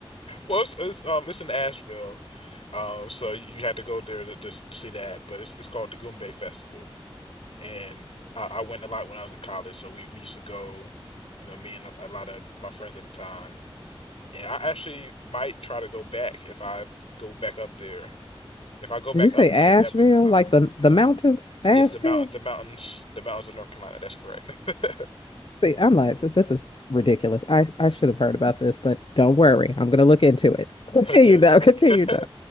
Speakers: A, on the left (about 75°); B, on the left (about 60°).
A: well, it's, it's um it's in Asheville. Uh, so you had to go there to, to, to see that, but it's it's called the Goombay Festival, and I, I went a lot when I was in college. So we we used to go, you know, me and a a lot of my friends at the time. And I actually might try to go back if I go back up there. If I go
B: Did
A: back
B: you say
A: up
B: Asheville?
A: there, that'd be the time.
B: Like the the mountains, Asheville?
A: Yes, the mountain, the mountains, the mountains of North Carolina. That's correct. <laughs>
B: See, I'm like, this, this is ridiculous. I I should have heard about this, but don't worry, I'm gonna look into it. <laughs> Continue
A: Okay.
B: though. Continue
A: <laughs>